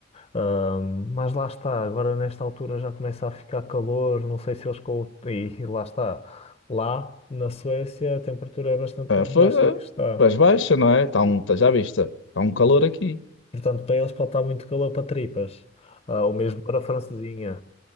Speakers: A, on the left; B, on the left.
A: Ah, mas lá está, agora nesta altura já começa a ficar calor, não sei se eles com... o- E, e lá está. Lá na Suécia a temperatura é bastante
B: Ah,
A: mais
B: foi,
A: baixa que
B: eh,
A: está
B: pois baixa, não
A: aqui.
B: é? Tá um, tá- já viste, está um calor aqui.
A: Portanto, para eles pode estar muito calor para tripas. Ah, ou mesmo para a francesinha.